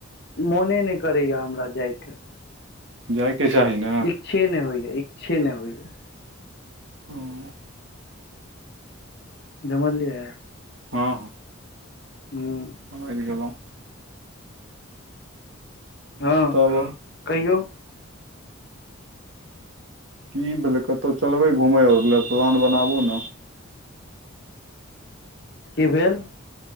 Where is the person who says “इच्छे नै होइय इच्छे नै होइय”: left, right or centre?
Left